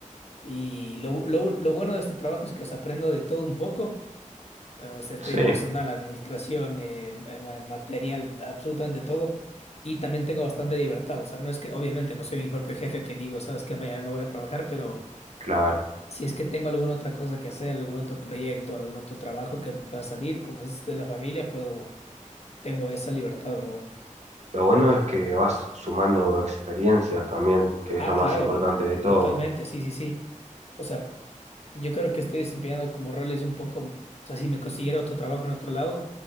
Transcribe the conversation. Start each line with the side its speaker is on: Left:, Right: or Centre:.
Left: Y lo, lo, lo bueno de este trabajo es que, os aprendo de todo un poco. O sea, estoy
Right: sí,
Left: en personal, administración, eh, en ma- en material, absolutamente todo. Y también tengo bastante libertad, o sea, no es que, obviamente, no soy mi propio jefe que digo, sabes que mañana no voy a trabajar, pero
Right: claro.
Left: si es que tengo alguna otra cosa que hacer, algún otro proyecto, algún otro trabajo que me pueda salir, como es de la familia, puedo, tengo esa libertad, ¿verdad?
Right: Lo bueno es que vas sumando experiencias también, que
Left: Ah,
Right: es lo
Left: claro,
Right: más importante de todo.
Left: totalmente, sí, sí, sí. O sea, yo creo que estoy desempeñando como roles un poco, o sea, si me consiguiera otro trabajo en otro lado,